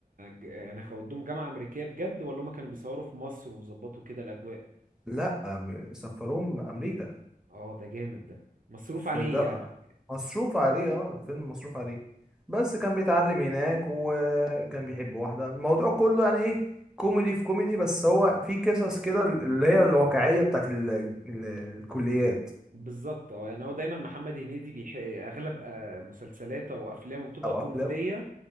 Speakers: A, on the right; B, in the centre.
A: ج- يعني خدوهم جامعة امريكية بجد ولا هم كانوا بيصوروا في مصر وظبطوا كده الاجواء
B: لا ب- سفروه امريكا
A: اه ده جامد ده مصروف
B: في
A: عليه
B: ده
A: يعني
B: مصروف عليه اه فيلم مصروف عليه بس كان بيتعلم هناك وكان بيحب واحدة الموضوع كله يعني ايه كوميدي في كوميدي بس هو في قصص كده اللي هي الواقعية بتاعت ال... ال... الكليات
A: بالظبط اه يعني هو دايما محمد هنيدي بيح... اغلب آه، مسلسلاته او افلامه بتبقى
B: او
A: كوميديه
B: افلام